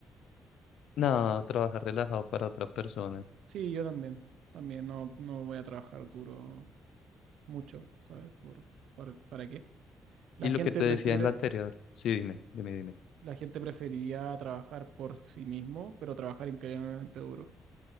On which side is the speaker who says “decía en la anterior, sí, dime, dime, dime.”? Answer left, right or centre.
Left